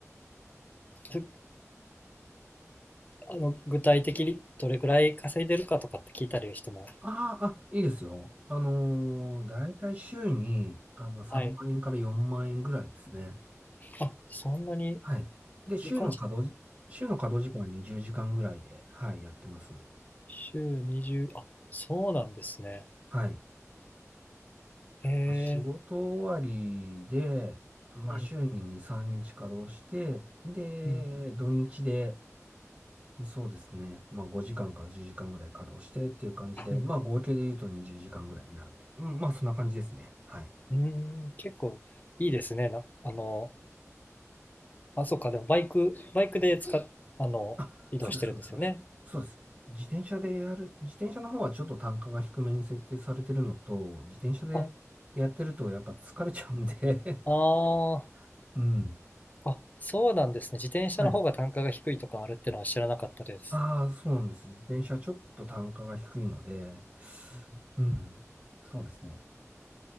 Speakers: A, on the left; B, on the right.
A: そあの、具体的にどれくらい稼いでるかとかって聞いたりしても、
B: あーあ、いいですよ。あのーだいたい週に、あの、3万円から4万円ぐらいですね。
A: はい。あ、そんなに
B: はい。で、週の稼働時、
A: いい感じ。
B: 週の稼働時間は20時間ぐらいで、はい、やってます。
A: 週20、あ、そうなんですね。
B: はい。
A: へえ。
B: まあ仕事終わりで、まあ、
A: うん、
B: 週に2、3日稼働して、で、
A: うん、
B: 土日で、そうですね、まあ、5時間から10時間ぐらい稼働してっていう感じで、
A: うん。
B: まあ、合計で言うと20時間ぐらいになるって。うん、まあ、そんな感じですね。はい。
A: うーん、結構いいですね。な、あの、あ、そっか、でもバイク、バイクで使っ、あの、
B: あ、
A: 移動してるんですよね。
B: そうです、そうです、そうです。そうです。自転車でやる、自転車の方はちょっと単価が低めに設定されてるのと、自転車でやってるとやっぱ疲れちゃうんで
A: あ、ああ、
B: <laughs> うん。
A: あ、そうなんですね。自転車の方が単価が低いとかあるってのは知らなかったです。
B: はい。ああ、そうなんです。自転車ちょっと単価が低いので、
A: うん
B: うん。そうですね。